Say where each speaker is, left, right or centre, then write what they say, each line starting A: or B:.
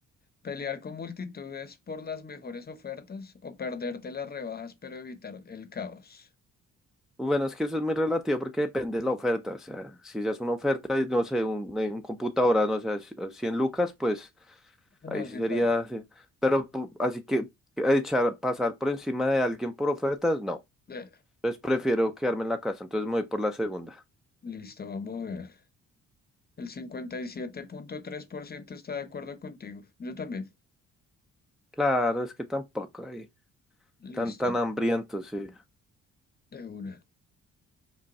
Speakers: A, on the left; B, in the centre.
A: ¿Pelear con multitudes por las mejores ofertas o perderte las rebajas pero evitar el caos?
B: Bueno, es que eso es muy relativo porque depende de la oferta. O sea, si ya es una oferta y no sé, un, eh, un computadora, no sé, 100 lucas, pues. Ahí
A: No,
B: sí
A: sí,
B: sería,
A: paila.
B: sí. Pero pu- así que que echar, pasar por encima de alguien por ofertas, no.
A: Eh,
B: Entonces prefiero quedarme en la casa, entonces me voy por la segunda.
A: Listo, vamos a ver. El cincuenta y siete punto tres por ciento está de acuerdo contigo. Yo también.
B: Claro, es que tampoco ahí.
A: Listo.
B: Tan, tan hambriento, sí.
A: De una.